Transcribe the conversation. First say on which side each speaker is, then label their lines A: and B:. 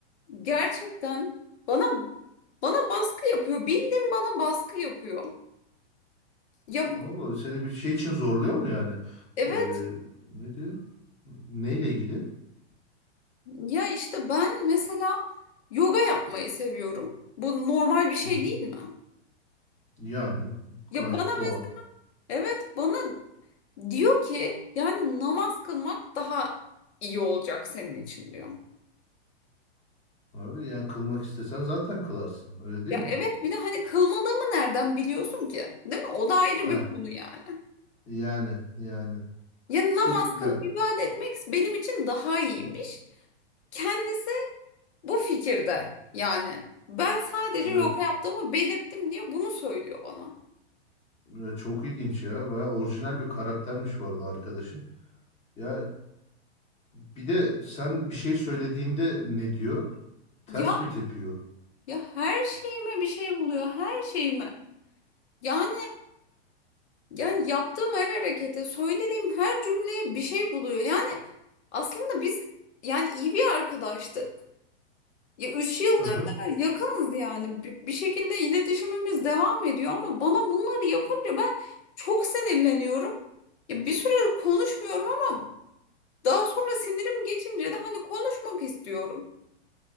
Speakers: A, on the left; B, on the left.
A: gerçekten bana bana baskı yapıyor. Bildiğin bana baskı yapıyor. Ya
B: Allah seni bir şey için zorluyor mu yani?
A: evet.
B: Ee, ne diyor? Neyle ilgili?
A: Ya işte ben mesela yoga yapmayı seviyorum. Bu normal bir şey
B: Hı hı.
A: değil mi?
B: Yani
A: Ya
B: gayet
A: bana
B: doğal.
A: mes- evet bana diyor ki yani namaz kılmak daha iyi olacak senin için diyor.
B: Abi yani kılmak istesen zaten kılarsın. Öyle değil
A: Ya
B: mi?
A: evet bir de hani kılmadığımı nereden biliyorsun ki? Değil mi? O da ayrı
B: Heh.
A: bir konu yani.
B: Yani yani.
A: Ya namaz
B: Sır ya,
A: kılıp ibadet etmek benim için daha iyiymiş. Kendisi bu fikirde yani. Ben sadece
B: ya,
A: yoga yaptığımı belirttim diye bunu söylüyor bana.
B: ya çok ilginç ya. Baya orijinal bir karaktermiş bu arada arkadaşın. Ya bir de sen bir şey söylediğinde ne diyor? Ters
A: Ya
B: mi tepiyor?
A: Ya her şeyime bir şey buluyor, her şeyime. Yani yani yaptığım her harekete, söylediğim her cümleye bir şey buluyor. Yani aslında biz yani iyi bir arkadaştık. Ya üç yıldır
B: Hı hı.
A: da yakınız yani. Bir, bir şekilde iletişimimiz devam ediyor ama bana bunları yapınca ben çok sinirleniyorum. Ya bir süre konuşmuyorum ama daha sonra sinirim geçince de hani konuşmak istiyorum.